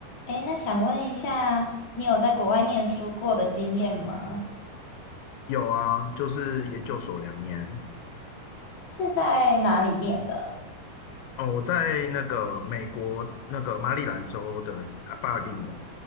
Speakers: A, on the left; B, on the left.
A: 诶，那想问一下，你有在国外念书过的经验吗？
B: 有啊，就是研究所两年。
A: 是在哪里念的？
B: 哦，我在那个美国那个马里兰州的啊巴尔的摩，